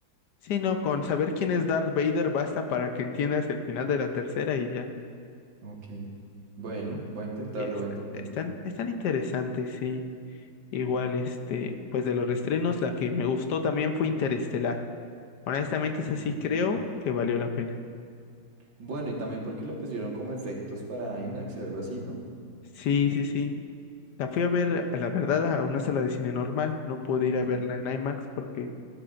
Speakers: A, on the left; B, on the right.
A: Sí, no, con saber quién es Darth Vader basta para que entiendas el final de la tercera y ya.
B: Ok. Bueno, voy a intentarlo,
A: Y es-
B: voy a intentarlo.
A: están, están interesantes, sí. Igual, este, pues de los restrenos, la que me gustó también fue Interestelar. Honestamente, esa sí
B: Ok.
A: creo que valió la pena.
B: Bueno, y también porque le pusieron como efectos para IMAX y algo así, ¿no?
A: Sí, sí, sí. La fui a ver, a la verdad, a una sala de cine normal. No pude ir
B: Ujú.
A: a verla en IMAX porque